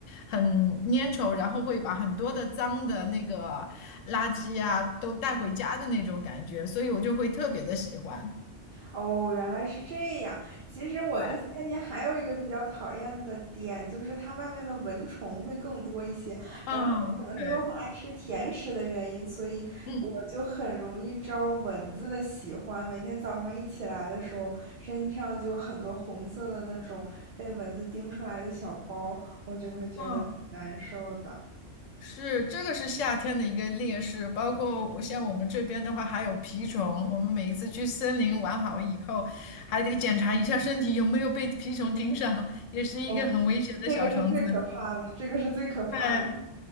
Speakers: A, on the left; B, on the right.
A: 很粘稠，然后会把很多的脏的那个垃圾啊都带回家的那种感觉，所以我就会特别的喜欢。
B: 哦，原来是这样。其实我对夏天还有一个比较讨厌的点，
A: 对，
B: 就是它外面的蚊虫会更多一些。
A: 嗯，
B: 然后可能是因为我很爱吃甜食的原因，
A: 对，
B: 所以我就很容易招蚊子的喜欢。
A: 嗯，
B: 每天早上一起来的时候，身上就有很多红色的那种被蚊子叮出来的小包，我就会觉得挺难受的。
A: 嗯，是，这个是夏天的一个劣势，包括我像我们这边的话，还有蜱虫。我们每一次去森林玩好以后，还得检查一下身体有没有被蜱虫盯上，也是一个很危险的小虫子。
B: 哦，这个是最可怕的，这个是最可怕的。
A: 对，